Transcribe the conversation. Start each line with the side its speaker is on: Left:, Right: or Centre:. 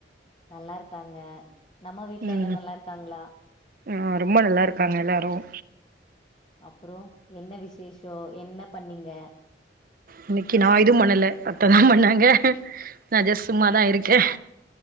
Left: நல்லா இருக்காங்க நம்ம வீட்ல
Right: ம்
Left: எல்லாம் நல்லா இருக்காங்களா
Right: ஆ ரொம்ப நல்லா இருக்காங்க எல்லாரும்
Left: அப்பறோ என்ன விசேஷோ என்ன பண்ணீங்க
Right: இன்னைக்கு நான் எதுவும் பண்ணல அத்ததா பண்ணாங்க நா ஜெஸ்ட் சும்மாதா இருக்கேன்